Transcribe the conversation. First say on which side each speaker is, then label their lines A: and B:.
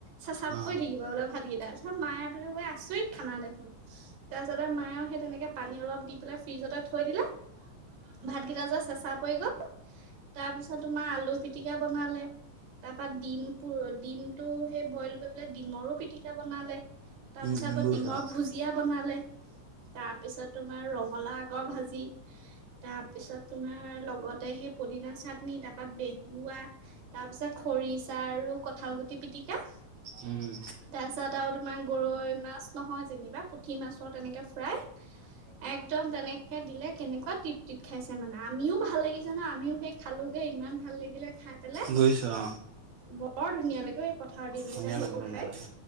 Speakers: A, on the right; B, on the right.
A: চেঁচা
B: অ অ
A: পৰি থাকিব বোলে ভাতকেইটা তাছত মায়ে বোলে অআই আছৰিত খানা দেখোন। তাৰপিছ‌তে আৰু মায়েও সেই তেনেকে পানী অলপ দি পেলাই ফ্ৰিজতে থৈ দিলে। ভাতকেইটা যে চেচা পৰি গল তাৰ পিছত তোমাৰ আলু পিটিকা বনালে। তাৰপা ডিম পু ডিমটো সেই বইল কৰি পেলাই ডিমৰো পিটিকা বনালে। তাৰ
B: উম
A: পিছত
B: উম
A: আকৌ
B: বুজিছো
A: ডিমৰ
B: অ
A: ভুজিয়া বনালে। তাৰ পিছত তোমাৰ ৰঙালাউ আগৰ ভাজি। তাৰ পিছত তোমাৰ লগতে সেই পুদিনা চাটনি তাৰপা বেহুৱা। তাৰ পিছত খৰিচা আৰু কঁঠাল গুটি পিটিকা।
B: উম
A: তাৰপিছত আৰু তোমাৰ গৰৈ মাছ নহয় যেনিবা পুঠি মাছৰ তেনেকে ফ্ৰাই একদম তেনেকে দিলে কেনেকুৱা টিপটিত খাইছে মানে আমিও ভাল লাগিছে ন আমিও সেই খালো হেই ইমান ভাল লাগিলে খাই পেলাই
B: বুইছো অ
A: বৰ ধুনীয়া লাগে এই পথাৰৰ দিন
B: ধুনীয়া
A: কেইটাত সেইবোৰ
B: লাগে ধুনীয়া
A: খাই
B: লাগে